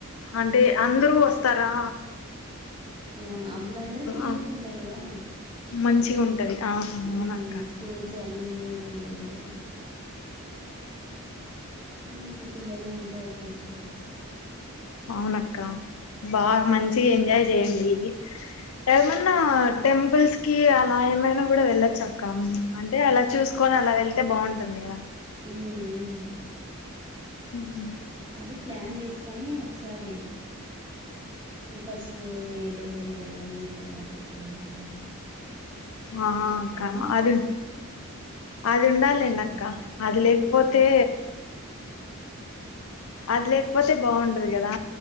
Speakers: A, on the left; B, on the right.
A: అంటే అందరూ వస్తారు స్తరా
B: అవున అప్పుడు అందరికి లీవ్స్
A: ఆ
B: ఉంటాయి కదా
A: మంచిగా ఉంటది ఆ
B: ఉ
A: అవునక్క
B: స్కూల్స్ అన్ని లీవ్లు ఉంటాయి కదా ఇంక పిల్లలు అంతా కలిసి వెళ్ళచ్చు
A: అవునక్క బాగ మంచిగ ఎంజాయ్ చేయండి ఏమన్నా టెంపుల్స్ కి అలా ఏమైన కూడ వెళ్ళచ్చక్కా అంటే అలా చూసుకోని అలా వెళ్తే బాగుంటుంది కదా
B: ఉమ్ ఉ
A: ఉహు
B: అది ప్లాన్ చేసుకొని ఒకసారి ఫస్ట్ ఏ టెంపుల్కి వెళ్ళాలి తర్వాత ఎక్కడ వెళ్ళాలి అని
A: ఆ
B: చూసుకొని
A: అక్క అది అది ఉండాలేండి
B: ఎళ్దాం.
A: అక్క అది లేక్పోతే
B: హ్మ్.
A: అది లేక్పోతే బాగుండదు కదా